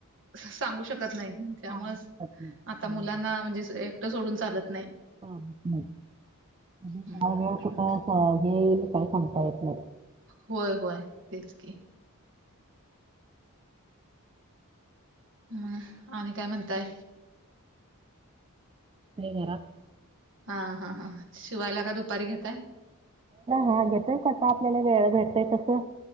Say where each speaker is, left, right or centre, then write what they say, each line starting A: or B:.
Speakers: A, on the right; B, on the right.
A: सांगू शकत नाही
B: सांगू
A: त्यामुळेच
B: शकत नाही.
A: आता
B: हम्म.
A: मुलांना म्हणजे एकटं सोडून चालत नाही.
B: त नाही काय
A: हम्म
B: वेळ कुठ हे येईल काय सांगता येत नाही.
A: होय होय तेच की. म आणि काय म्हणताय?
B: घरात
A: हा हा हां शिवायला काय दुपारी घेताय?
B: हा घेतय कस आपल्याला वेळ भेटय तसं.